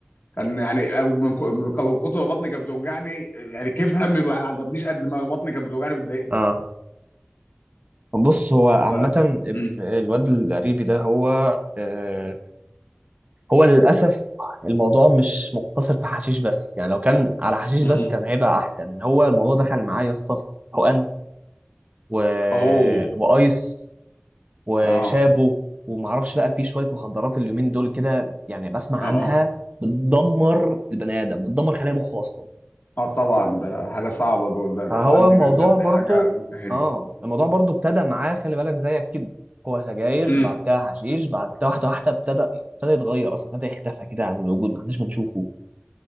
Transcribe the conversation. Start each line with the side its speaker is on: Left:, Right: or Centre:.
Left: كان يعني من ك- من كتر ما بطني كانت بتوجعني يعني كيفها ما عجبنيش قد ما بطني كانت بتوجعني بتضايقني
Right: اه بص هو عامة
Left: ف م-
Right: الواد القريبي ده هو آه، هو للأسف الموضوع مش مقتصر في حشيش بس يعني لو كان على حشيش
Left: م.
Right: بس كان هيبقى أحسن هو الموضوع دخل معاه يا اسطى في حقن و...
Left: اوه
Right: وأيس وشابو
Left: اه
Right: ومعرفش بقى في شوية مخدرات اليومين دول كده يعني بسمع
Left: اه
Right: عنها
Left: اه
Right: بتدمر البني آدم بتدمر خلايا مخه أصلا
Left: اه طبعا ده حاجه صعبه دول ده الحقن
Right: هو الموضوع
Left: دي بالذات دي
Right: برضو
Left: حاجه منتهيه
Right: اه الموضوع برضو ابتدى معاه خلي بالك زيك كده هو سجاير
Left: امم
Right: بعد كده حشيش بعد كده واحده واحده ابتدى ابتدى يتغير اصلا ابتدى يختفى كده عن الوجود ما احناش بنشوفه إيه